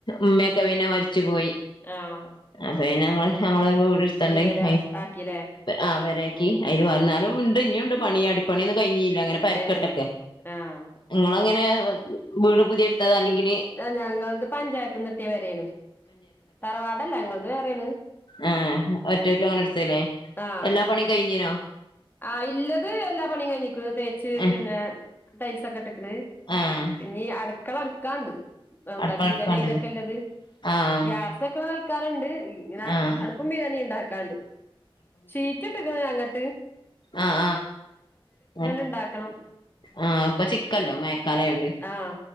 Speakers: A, on the left; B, on the left.
A: ഉമ്മയൊക്കെ പിനെ മരിച്ചു പോയി
B: ആഹ
A: അപ്പൊ ഞങ്ങള് ഞങ്ങളരു വീട്ടുത്തണ്ടയ
B: പെര ആക്കിലേ
A: ആ അവരക്കി
B: ഉം
A: അയില് പറഞ്ഞന്നാലും ഉണ്ട് ഇനിയുണ്ട് പണി അടിപ്പണിന്നും കഴിഞ്ഞഞ്ല്ല അങ്ങനെ പരക്കെട്ടൊക്കെ
B: ഏഹ് ആഹ്
A: നിങ്ങള അങ്ങനെ വീട് പുതിയെടുത്തത് അല്ലെങ്കിൽ
B: ആ ഞങ്ങളത് പഞ്ചായത്തന്ന് ഇട്ടിയ വരാണ് തറവാടല്ല ഞങ്ങളത് വേറൊണ്
A: ആഹ ഒറ്റക്ക അവന എടുത്തല്ലേ
B: ആഹ്
A: പണി കഴഞ്ഞ്ഞനോ
B: ആ ഇല്ലത് എല്ലാ പണിയും കഴിഞ്ഞിക്കുന്നു തേച്ച്
A: ഏഹ്
B: പിന്നെ ടൈൽസൊക്കെ ഇട്ടക്കണ്
A: ആഹ്
B: പിന്നെ അടുക്കള അടുക്കാണ്ട് എന്താ
A: അടുക്കള
B: വിതന
A: അടുക്കാണ്ടല്ലേ
B: ഇതൊക്കെ ഉള്ളത്
A: ആഹ്
B: ഗ്യാസ് ഇക്കണ ആൾക്കാറുണ്ട് ഇങ്ങന
A: ആഹ്
B: അടുപ്പ മീ തന്നെ ഉണ്ടാക്കാണ്ട് ചീറ്റ ഇട്ടക്കണ അങ്ങോട്ട്
A: ആഹ ആഹ
B: ഇണ്ടാക്കണം
A: ആ അപ്പൊ ചിക്കല്ലോ മഴക്കാലയോണ്ട്
B: ആഹ്